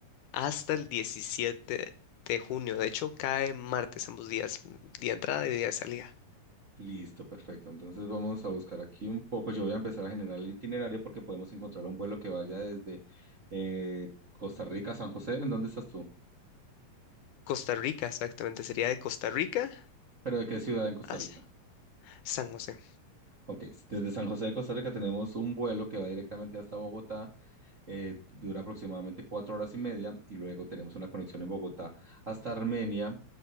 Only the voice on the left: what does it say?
hasta el 17 de junio. De hecho, cae martes ambos días, día de entrada y día de salida.
Costa Rica, exactamente, sería de Costa Rica
a
San José.